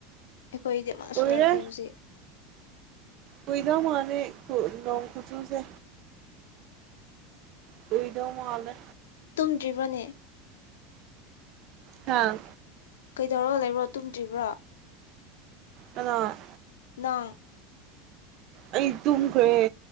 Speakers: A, on the left; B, on the right.
A: ꯑꯩꯈꯣꯏꯗꯤ ꯑꯃꯁꯨ
B: ꯑꯣꯏꯔ
A: ꯂꯥꯛꯇꯦ ꯍꯧꯖꯤꯛ
B: ꯑꯣꯏꯗꯧ ꯃꯥꯅꯦ ꯅꯣꯡ ꯈꯨꯆꯨꯁꯦ ꯀꯏꯗꯣ ꯃꯥꯗ
A: ꯇꯨꯝꯗ꯭ꯔꯤꯕꯅꯦ
B: ꯍꯥꯥ
A: ꯀꯩꯗꯧꯔꯣ ꯂꯩꯕ꯭ꯔꯣ ꯇꯨꯝꯗ꯭ꯔꯤꯕ꯭ꯔꯣ
B: ꯑ
A: ꯅꯪ
B: ꯑꯩ ꯇꯨꯝ ꯈꯦ